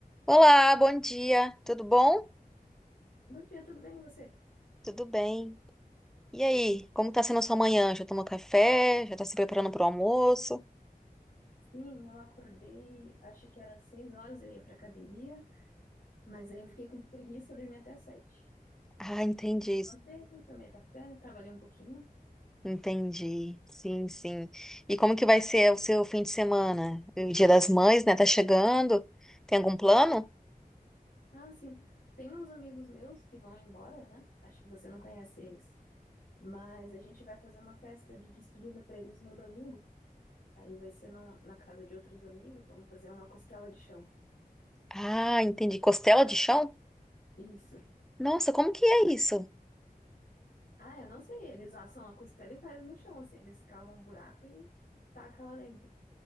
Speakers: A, in the centre; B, on the left.
A: Olá, bom dia. Tudo bom?
B: Bom dia, tudo bem e você?
A: Tudo bem? E aí, como tá sendo a sua manhã? Já tomou café? Já tá se preparando para o almoço?
B: Sim, eu acordei, acho que era seis horas, eu ia pra academia, mas aí eu fiquei com preguiça, dormi até às sete.
A: Ah, entendi.
B: Levantei, tomei café, trabalhei um pouquinho.
A: Entendi. Sim, sim. E como que vai ser o seu fim de semana? O Dia das Mães, né? Tá chegando. Tem algum plano?
B: Ah, sim, tem uns amigos meus que vão embora, né? Acho que você não conhece eles, mas a gente vai fazer uma festa de despedida pra eles no domingo. Aí vai ser no- na casa de outros amigos, vamos fazer uma costela de chão.
A: Ah, entendi. Costela de chão?
B: Isso.
A: Nossa, como que é isso?
B: Ah, eu não sei, eles assam a costela e fazem no chão, assim, eles cavam um buraco e tacam lá dentro.